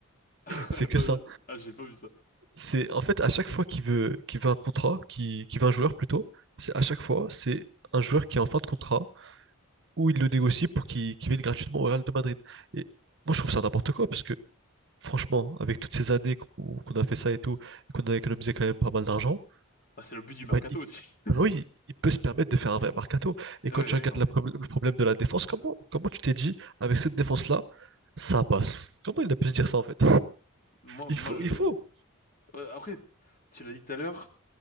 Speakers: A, on the left; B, on the right.
A: <laughs>
B: C'est
A: Attends,
B: que ça.
A: Ah, j'ai pas vu ça.
B: C'est en fait à chaque fois qu'il veut qu'il veut un contrat, qu'il qu'il veut un joueur plutôt, c'est à chaque fois c'est un joueur qui est en fin de contrat ou il le négocie pour qu'il qu'il vienne gratuitement au Real de Madrid. Et moi je trouve ça n'importe quoi parce que franchement avec toutes ces années qu'on qu'on a fait ça et tout et qu'on a économisé quand même pas mal d'argent,
A: Ah, c'est le but du mercato
B: bah, il,
A: aussi. <laughs>
B: maintenant, il- il peut se permettre de faire un vrai mercato. Et
A: Ouais,
B: quand
A: ouais,
B: tu regardes
A: non,
B: la
A: mais.
B: prob- le problème de la défense, comment comment tu t'es dit avec cette défense là ça passe? Comment il a pu se dire ça en fait?
A: Moi,
B: Il
A: moi,
B: faut
A: je.
B: il faut.
A: Ouais, après, tu l'as dit tout à l'heure,